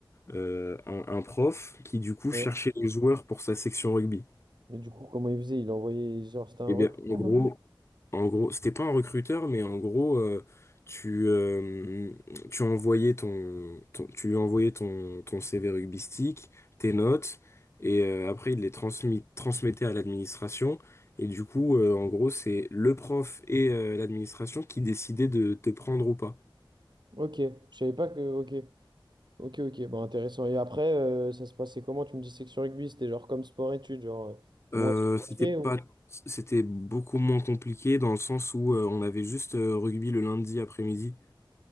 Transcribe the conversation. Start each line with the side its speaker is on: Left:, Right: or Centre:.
Left: euh, un, un prof qui, du coup,
Right: Ouais.
Left: cherchait les joueurs pour sa section rugby.
Right: Mais du coup, comment il faisait? Il envoyait, genre, c'était un
Left: Et
Right: recruteur
Left: bien, en gros,
Right: un peu
Left: En gros, c'était pas un recruteur, mais en gros, euh, tu, euh, tu envoyais ton, ton- tu lui envoyais ton, ton CV rugbystique, tes notes, et euh, après, il les transmis, transmettait à l'administration. Et du coup, euh, en gros, c'est le prof et euh, l'administration qui décidaient de te prendre ou pas.
Right: Ok, je savais pas que... Ok, ok, ok, bon, intéressant. Et après, euh, ça se passait comment? Tu me disais que sur rugby, c'était genre comme sport-études, genre euh,
Left: Euh,
Right: moitié-moitié
Left: c'était pas,
Right: ou...
Left: c'était beaucoup moins compliqué dans le sens où euh, on avait juste euh, rugby le lundi après-midi.